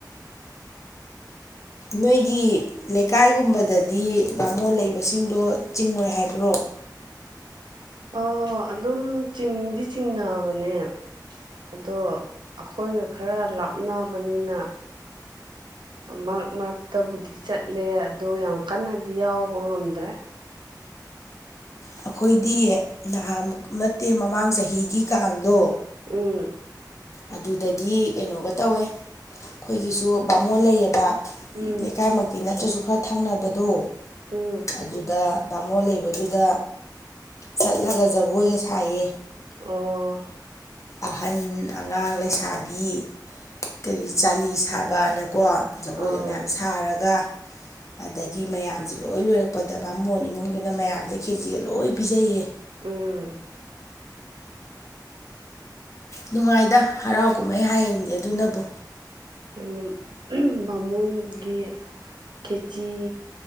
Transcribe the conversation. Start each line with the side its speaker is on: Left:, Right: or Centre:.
Left: ꯅꯣꯏꯒꯤ ꯂꯩꯀꯥꯏꯒꯨꯝꯕꯗꯗꯤ ꯕꯥꯃꯣꯟ ꯂꯩꯕꯁꯤꯡꯗꯣ ꯆꯤꯡꯉꯣꯏ ꯍꯥꯏꯕ꯭ꯔꯣ
Right: ꯑꯣ ꯑꯗꯨꯝ ꯆꯤꯡꯗꯤ ꯆꯤꯡꯅꯕꯅꯦ ꯑꯗꯣ ꯑꯩꯈꯣꯏꯒ ꯈꯔ ꯂꯥꯞꯅꯕꯅꯤꯅ ꯃꯔꯛ ꯃꯔꯛꯇꯕꯨꯗꯤ ꯆꯠꯂꯦ ꯑꯗꯣ ꯌꯥꯝ ꯀꯟꯅꯗꯤ ꯌꯥꯎꯕ ꯉꯝꯗ꯭ꯔꯦ
Left: ꯑꯩꯈꯣꯏꯗꯤ ꯅꯍꯥꯃꯨꯛ ꯅꯠꯇꯦ ꯃꯃꯥꯡ ꯆꯍꯤꯒꯤ ꯀꯥꯡꯗꯣ
Right: ꯎꯝ
Left: ꯑꯗꯨꯗꯗꯤ ꯀꯩꯅꯣꯒ ꯇꯧꯋꯦ ꯑꯩꯈꯣꯏꯒꯤꯁꯨ ꯕꯥꯃꯣꯟ ꯂꯩꯌꯦꯕ
Right: ꯎꯝ
Left: ꯂꯩꯀꯥꯏꯃꯛꯇꯤ ꯅꯠꯇ꯭ꯔꯁꯨ ꯈꯔ ꯊꯪꯅꯕꯗꯣ
Right: ꯎꯝ
Left: ꯑꯗꯨꯗ ꯕꯥꯃꯣꯟ ꯂꯩꯕꯗꯨꯗ ꯆꯠꯂꯒ ꯖꯒꯣꯏꯒ ꯁꯥꯏꯌꯦ
Right: ꯑꯣ
Left: ꯑꯍꯟ ꯑꯉꯥꯡ ꯂꯩꯁꯥꯕꯤ ꯀꯔꯤ ꯆꯥꯂꯤ ꯁꯥꯕꯅ ꯀꯣ ꯖꯒꯣꯏꯒ
Right: ꯑꯥꯎ
Left: ꯃꯌꯥꯝ ꯁꯥꯔꯒ ꯑꯗꯒꯤ ꯃꯌꯥꯝꯁꯦ ꯂꯣꯏ ꯂꯣꯏꯔꯛꯄꯗ ꯚꯃꯣꯟ ꯏꯃꯨꯡꯗꯨꯅ ꯃꯌꯥꯝꯁꯦ ꯀꯦꯖꯤꯒ ꯂꯣꯏ ꯄꯤꯖꯩꯌꯦ
Right: ꯎꯝ
Left: ꯅꯨꯡꯉꯥꯏꯗ ꯍꯔꯥꯎ ꯀꯨꯝꯍꯩ ꯍꯥꯏꯌꯦꯡꯅꯦ ꯑꯗꯨꯅꯕꯨ
Right: ꯅ ꯕꯥꯃꯣꯟꯒꯤ ꯈꯦꯆꯤ